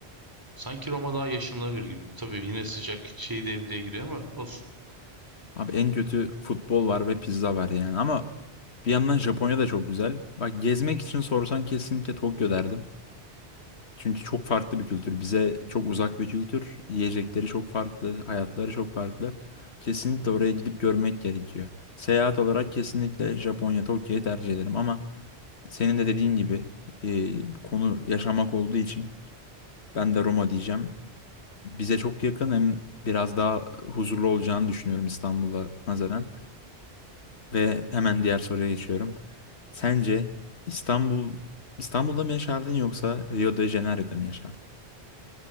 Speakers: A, on the right (about 20°); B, on the left (about 75°).
A: Sanki Roma daha yaşanılabilir gibi. Tabii yine sıcak şey devreye giriyor ama olsun.
B: Abi en kötü futbol var ve pizza var yani. Ama bir yandan Japonya da çok güzel. Bak gezmek için sorsan kesinlikle Tokyo derdim. Çünkü çok farklı bir kültür. Bize çok uzak bir kültür. Yiyecekleri çok farklı. Hayatları çok farklı. Kesinlikle oraya gidip görmek gerekiyor. Seyahat olarak kesinlikle Japonya, Tokyo'yu tercih ederim. Ama senin de dediğin gibi e, konu yaşamak olduğu için ben de Roma diyeceğim. bize çok yakın hem biraz daha huzurlu olacağını düşünüyorum İstanbul'a nazaran. Ve hemen diğer soruya geçiyorum. Sence İstanbul İstanbul'da mı yaşardın yoksa Rio de Janeiro'da mı yaşardın?